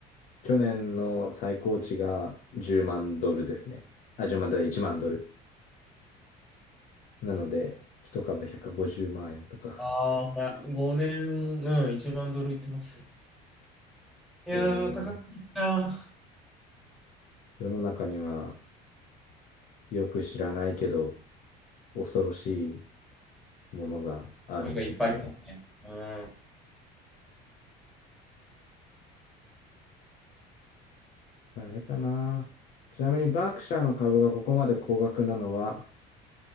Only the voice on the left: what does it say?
去年の最高値が10万ドルですね。あ、10万ドル、1万ドル。なので、一株150万円とか。
<laughs>
えー
世の中にはよく知らないけど、恐ろしいものがあるんですね。
あれかな。ちなみに、バークシャーの株がここまで高額なのは、